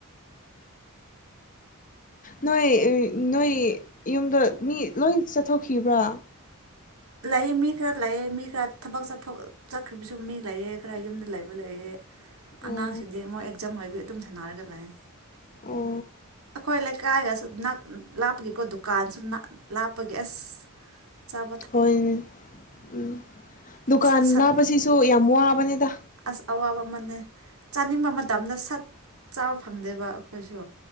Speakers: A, on the left; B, on the right.
A: ꯅꯣꯏ ꯅꯣꯏ ꯌꯨꯝꯗ ꯃꯤ ꯂꯣꯏ ꯆꯠꯊꯣꯛꯈꯤꯕ꯭ꯔꯥ
B: ꯂꯥꯛꯑ ꯃꯤ ꯈꯔ ꯂꯥꯛꯑꯦ ꯃꯤ ꯈꯔ ꯊꯕꯛ ꯆꯠꯊꯣꯛ ꯆꯠꯈ꯭ꯔꯤꯕꯁꯨ ꯃꯤ ꯂꯩꯑꯦ ꯈꯔ ꯌꯨꯝꯗ ꯂꯩꯕ ꯂꯩꯑꯦ
A: ꯑꯣ
B: ꯑꯉꯥꯡꯁꯤꯡꯗꯤ ꯃꯣꯏ ꯑꯦꯛꯖꯥꯝ ꯑꯣꯏꯕꯤ ꯇꯨꯝꯊꯅꯥꯔꯒ ꯂꯩꯌꯦ
A: ꯑꯣ
B: ꯑꯩꯈꯣꯏ ꯂꯩꯀꯥꯏꯒꯁꯨ ꯂꯥꯞꯄꯒꯤꯀꯣ ꯗꯨꯀꯥꯟ ꯁꯨ ꯂꯥꯞꯄꯒꯤ ꯑꯁ ꯑꯆꯥ
A: ꯍꯣꯏꯅꯦ ꯎꯝ ꯗꯨꯀꯥꯟ
B: ꯁꯠ ꯁꯠ
A: ꯂꯥꯞꯄꯁꯤꯁꯨ ꯌꯥꯝ ꯋꯥꯕ ꯕꯥꯅꯤꯗ
B: ꯑꯁ ꯑꯋꯥꯕ ꯑꯃꯅꯦ ꯆꯥꯅꯤꯡꯕ ꯃꯇꯝꯗ ꯁꯠ ꯆꯥꯕ ꯐꯪꯗꯦꯕ ꯑꯩꯈꯣꯏꯁꯨ